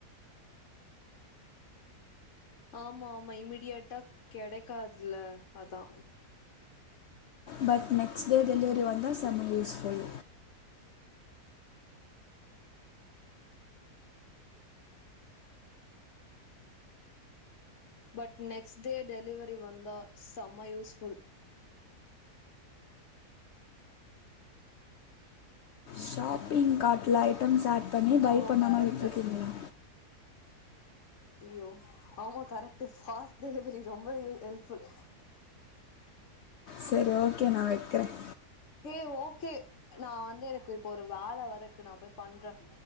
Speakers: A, on the left; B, on the left.
A: ஆமா ஆமா இமீடியட்டா கெடைக்காதில்ல அதா
B: பட் நெக்ஸ்ட் டே டெலிவரி வந்தா செம்ம useful
A: but next day delivery வந்தா செம்ம யூஸ்ஃபுல்
B: ஷாப்பிங் கார்ட்ல ஐட்டம்ஸ் ஆட் பண்ணி பைய்
A: ஆமா
B: பண்ணாம
A: கரெக்ட்
B: விட்ருக்கீங்ளா
A: ஐயோ ஆமா கரெக்ட்டு ஃபாஸ்ட் டெலிவரி ரொம்ப யூ ஹெல்ப்ஃபுல்
B: செரி ஓகே நா வக்கிறன்
A: ஹே ஓகே நா வந்து எனக்கு இப்போ ஒரு வேல வேற ருக்கு நா போயி பண்றன்